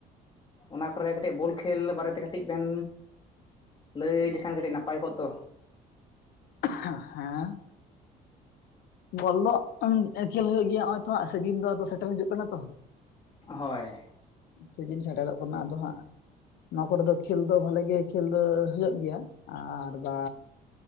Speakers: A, on the left; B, on the left.
A: ᱚᱱᱟ ᱠᱚᱨᱮ ᱠᱟᱹᱴᱤᱡ ᱵᱚᱞ ᱠᱷᱮᱞ ᱵᱟᱨᱮᱛᱮ ᱠᱟᱹᱴᱤᱡ ᱵᱮᱱ ᱞᱟᱹᱭ ᱞᱮᱠᱷᱟᱱ ᱠᱟᱹᱴᱤᱡ ᱱᱟᱯᱟᱭ ᱠᱚᱜ ᱫᱚ
B: ᱦᱮᱸ ᱵᱚᱞ ᱫᱚ ᱠᱷᱮᱞ ᱦᱩᱭᱩᱜ ᱜᱮᱭᱟ ᱱᱚᱜᱼᱚᱭ ᱛᱚ ᱦᱟᱸᱜ ᱥᱤᱡᱤᱱ ᱫᱚ ᱟᱫᱚ ᱥᱮᱴᱮᱨ ᱦᱤᱡᱩᱜ ᱠᱟᱱᱟ ᱛᱚ
A: ᱦᱳᱭ
B: ᱥᱤᱡᱤᱱ ᱥᱮᱴᱮᱨᱚᱜ ᱠᱟᱱᱟ ᱟᱫᱚ ᱦᱟᱸᱜ ᱱᱚᱣᱟ ᱠᱚᱨᱮ ᱫᱚ ᱠᱷᱮᱞ ᱫᱚ ᱵᱷᱟᱞᱤ ᱜᱮ ᱠᱷᱮᱞ ᱫᱚ ᱦᱳᱭᱳᱜ ᱜᱮᱭᱟ ᱟᱨ ᱵᱟ